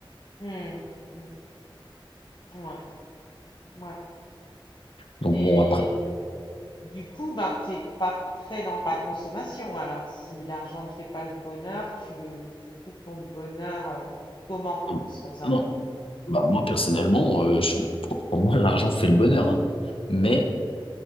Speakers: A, on the left (about 55°); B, on the left (about 80°).
A: Mmh. Mmh. Ouais, ouais
B: Donc,
A: et
B: bon, après,
A: du coup, ben, t'es pas très dans la consommation alors? Si l'argent ne fait pas le bonheur, tu le tu trouves ton bonheur, heu, comment,
B: euh,
A: sans argent?
B: non. Bah, moi, personnellement, euh, je- pour pour moi, l'argent fait le bonheur, hein. Mais,